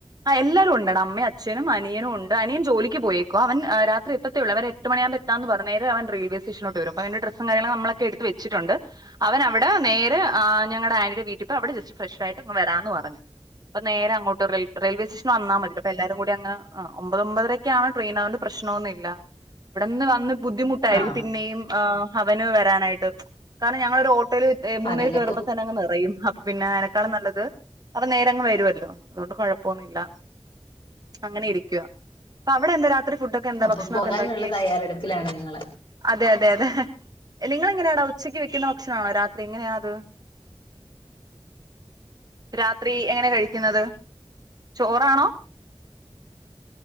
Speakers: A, on the right; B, on the left.
A: ആഎല്ലാ ഉണ്ട്ടാ അമ്മെഅച്ഛനുംഅനിയനുംഉണ്ട് അനിയൻജോലിക്ക്പോയേക്കുവാ അവൻ രാത്രിഎത്തേുള്ളൂ അവര്എട്ട് മണിയാമ്പോഎത്താന്ന് പറഞ്ഞു നേരെഅവൻ റെയിൽവേസെഷോനോട്ട് വുരും പ്പൊഅതിന്റെ ഡ്രസ്സുംകാര്യങ്ങള് നമ്മളക്കെഎടുത്ത് വച്ചിട്ടുണ്ട് അവൻഅവിടെ നേരെആ ഞങ്ങളുടെ ആന്റിയുടെവീട്ടിപ്പൊ അവിടെജസ്റ്റ് ഫ്രഷ്ആയിട്ട്ങ് വരാന്ന്പറഞ്ഞു അപ്പൊനേരെ അങ്ങോട്ട്‌ റെൽറെയിൽവേ സ്റ്റേഷന് വന്നാമതിലെ അപ്പഎല്ലാ കൂടിഅങ് അ ഒമ്പത് ഒമ്പതരക്കാണ് ട്രെയിന് അതൊണ്ട് പ്രശ്നൊന്നുല്ല ഇവിടെന്ന് വന്ന് ബുദ്ധിമുട്ടായിരിക്കും
B: ആഹ്
A: പിന്നെയും ഹ അവന് വരാനായിട്ട് കാരണംഞങ്ങളൊരു ഓ ട്ടോയിൽ മൂന്നെര്
B: അതെല്ലേ
A: കയറുമ്പോതെന്നങ്ങ് നിറയും അപ്പൊപിന്നെ അയനെക്കാളും നല്ലത് അപ്പനേരങ്ങ് വരുവല്ലോ അതുകൊണ്ട് കൊഴപ്പൊന്നുല്ല അങ്ങനെ ഇരിക്കുവാ അപ്പൊഅവിടെ എന്തരാ ഫുഡോക്കെഎന്താ
B: അപ്പൊ
A: ഭക്ഷണൊക്കെന്താക്കി
B: പോകാനുള്ള തയ്യാറെടുപ്പിലാണ് നിങ്ങള്
A: അതെഅതെ അതെഅതെ നിങ്ങളഎങ്ങനെയാടാ ഉച്ചക്ക് വെക്കുന്ന ഭക്ഷണണോ രാത്രി എങ്ങനെയാഅത് <inaudible> രാത്രിഎങ്ങനെ കഴിക്കുന്നത്ചോറാണോ? <inaudible>